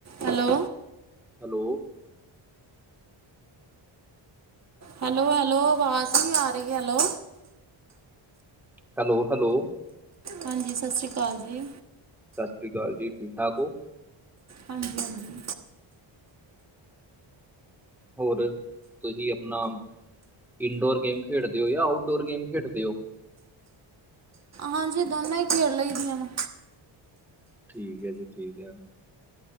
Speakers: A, on the right; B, in the centre.
A: Hello
B: hello
A: hello hello, ਆਵਾਜ਼ ਨ੍ਹੀਂ ਆ ਰਹੀ। Hello
B: hello hello.
A: ਹਾਂਜੀ ਸਤਿ ਸ਼੍ਰੀ ਅਕਾਲ ਜੀ।
B: ਸਤਿ ਸ਼੍ਰੀ ਅਕਾਲ ਜੀ ਠੀਕ-ਠਾਕ ਓ।
A: ਹਾਂਜੀ ਹਾਂਜੀ।
B: ਹੋਰ ਤੁਸੀਂ ਆਪਣਾ ਇਨਡੋਰ ਗੇਮ ਖੇਡਦੇ ਹੋ ਜਾਂ ਆਊਟਡੋਰ ਗੇਮ ਖੇਡਦੇ ਓ।
A: ਹਾਂਜੀ ਦੋਨੋਂ ਈ ਖੇਡ ਲਈਦੀਆਂ ਨੇ।
B: ਠੀਕ ਐ ਜੀ ਠੀਕ ਐ।